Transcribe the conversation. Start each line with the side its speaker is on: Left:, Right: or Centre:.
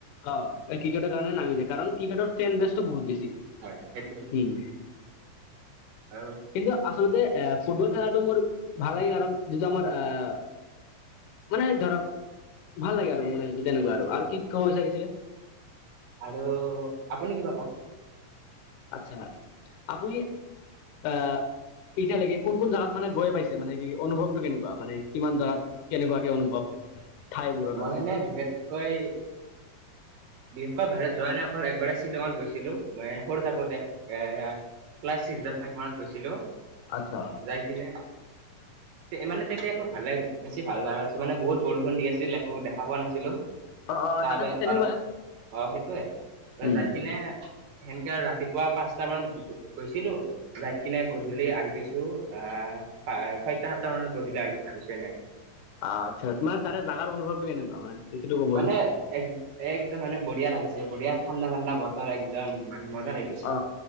Left: অ', ক্ৰিকেটৰ কাৰণে নামি যায়, কাৰণ ক্ৰিকেটৰ ফেন বেছটো বহুত বেছি।
Right: সেইটোৱেই,
Left: উম
Right: আৰু
Left: কিন্তু আচলতে এ ফুটবল খেলাটো মোৰ ভাল লাগে কাৰণ, যিটো আমাৰ আহ মানে ধৰক ভাল লাগে আৰু মানে তেনেকুৱা আৰু, আৰু কি কব বিচাৰিছিলে?
Right: আৰু আপুনি কি কব?
Left: আচ্ছা, আপুনি আহ এতিয়ালৈকে কোন কোন জোগাত মানে গৈ পাইছে? মানে কি অনুভৱটো কেনেকুৱা মানে কিমান জেগাত? কেনেকুৱাকে অনুভৱ। ঠাইবোৰৰ
Right: মই
Left: কাৰণে
Right: এনে বিশেষকৈ বিশেষকৈ বাহিৰত যোৱা নাই, অকল একবাৰে শ্বিলঙত গৈছিলো মানে সৰু থাকোতে এ ক্লাচ ছিক্স বা ফাইভ মানত গৈছিলো।
Left: আচ্ছা।
Right: যাই কিনে
Left: <inaudible>
Right: মানে তেতিয়া একো ভালে বেছি ভাল লগা আছিল মানে বহুত বৰষুণ দি আছিলো দেখা পোৱা নাছিলো।
Left: অ', অ',
Right: তাৰে
Left: তাতেতো
Right: অলপ
Left: তেনেকুৱাই।
Right: অ', সেইটোৱে মই
Left: উম
Right: যাই কিনে সেনেকে ৰাতিপুৱা পাঁচটামান গৈছিলো। যাই কিনে গধূলি আহি পাইছো, আহ। ছয়টা-সাতটা মানত গধূলি আহি আহিছে <unintelligible>
Left: অ, আচ্ছা! মানে তাৰে জাগাৰ অনুভৱটো কেনেকুৱা, সেইটো ক'বচোন?
Right: মানে এক, একদম মানে বঢ়িয়া লাগিছে, বঢিয়া ঠাণ্ডা-ঠাণ্ডা বতৰ, একদম মানে মজা লাগিছে।
Left: অ,